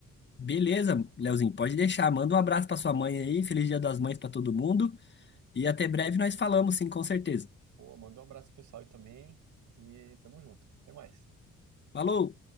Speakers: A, on the left; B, on the right.
A: Beleza, Leozinho, pode deixar. Manda um abraço para sua mãe aí. Feliz Dia das Mães para todo mundo. E até breve nós falamos, sim, com certeza.
B: Boa, manda um abraço pro pessoal aí também. E tamo junto. Até mais.
A: Falou!